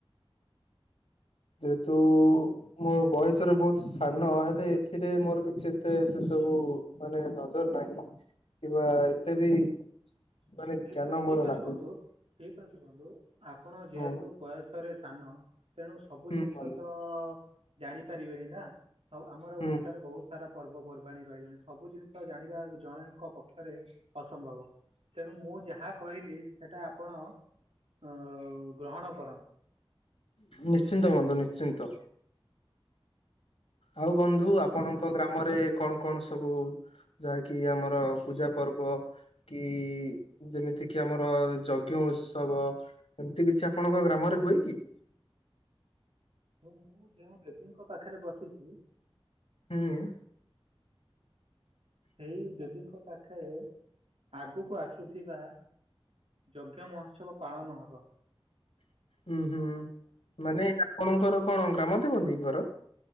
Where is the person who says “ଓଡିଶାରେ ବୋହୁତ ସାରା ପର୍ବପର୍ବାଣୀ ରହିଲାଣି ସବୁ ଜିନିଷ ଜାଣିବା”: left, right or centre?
Right